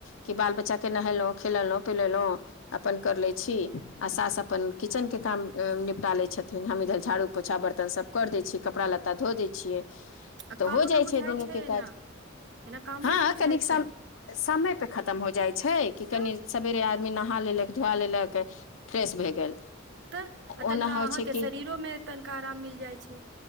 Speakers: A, on the left; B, on the right.
A: कि बाल बच्चा के नहेलहुँ खेलेलहुँ पिलेलहुँ अपन कर लै छी आ सास अपन किचन के काम निपटा लै छथिन हम इधर झाड़ू पोछा बर्तन सभ कर दै छियै कपड़ा लत्ता धो दै छियै
B: आ
A: तऽ
B: कामो
A: हो जाइ
B: न बुझाइ
A: छै दुनू के
B: एना
A: काज
B: एना कामो
A: हँ
B: न बुझाइ
A: कनी सम
B: छै
A: समय पे खतम हो जाइ छै कि
B: तऽ
A: कनि सेबेरे आ आदमी नहा लेलक धुआ लेलक फ्रेश भए गेल
B: तऽ आ
A: ओना
B: तनिका
A: होइ
B: अहाँके
A: छै कि
B: शरीरोमे तनिका आराम मिल जाइ छै